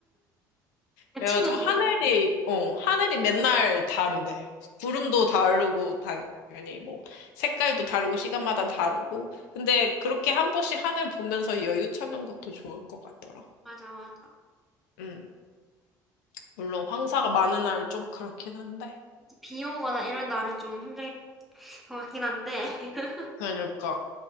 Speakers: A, in the centre; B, on the left (about 75°).
A: 내
B: 그래가지고
A: 친구도
B: 하늘이,
A: 그런,
B: 어, 하늘이 맨날 다르대. 구름도 다르고, 당연히 뭐, 색깔도 다르고, 시간마다 다르고. 근데 그렇게 한 번씩 하늘 보면서 여유 찾는 것도 좋을 것 같더라.
A: 맞아, 맞아.
B: 음. 물론 황사가 많은 날 좀 그렇긴 한데.
A: 비 오거나 이런 날은 좀 힘들 그렇긴 한데 <laughs>
B: 그러니까.